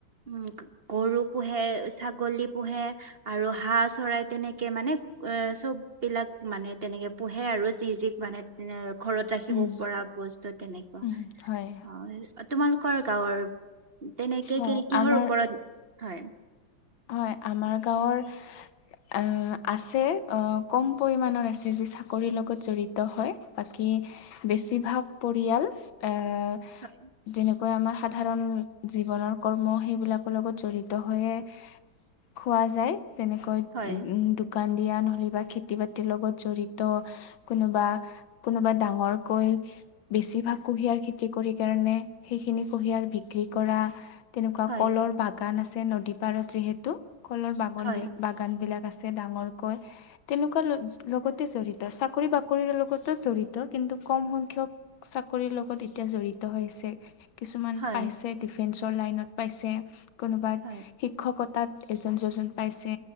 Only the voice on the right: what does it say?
উম- গৰু পোহে, ছাগলী পোহে আৰু হাঁহ চৰায়, তেনেকে মানে অ'- চব বিলাক মানে, তেনেকে পোহে আৰু যি - যিক মানে ঘৰত ৰাখিব
পৰা বস্তু তেনেকুৱা।
অ'- তোমালোকৰ গাঁৱৰ তেনেকে
কেনে- কিহৰ
ওপৰত হয়?
হয়
হয়
হয়
হয়
হয়
হয়